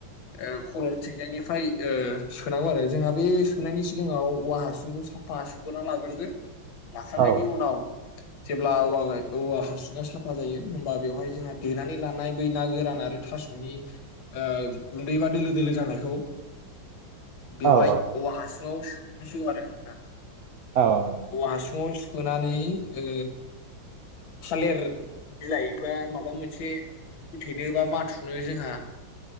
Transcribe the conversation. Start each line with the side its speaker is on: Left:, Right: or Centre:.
Left: ओ खर' थिंजायनिफ्राय ओ सोनांगौ आरो जोंहा बे सोनायनि सिगाङाव औवा हासुंखौ साफा सुग्रोना लाग्रोदो। लाखांनायनि
Right: औ
Left: उनाव जेब्ला औवा औवा हासुङा साफा जायो होमबा बेवहाय जोंहा देनानै लानाय बै ना गोरान आरो थास'नि ओ गुन्दै बा दोलो दोलो जानायखौ बेवहाय
Right: औ
Left: औवा हासु आव सोनांसिगौ आरो दा
Right: औ नंगौ नोंथां
Left: औवा हासुंआव सो फोनानै ओ थालेर बिलाइफा बा माबा मोनसे होथेनोबा माथ थुनो जोंहा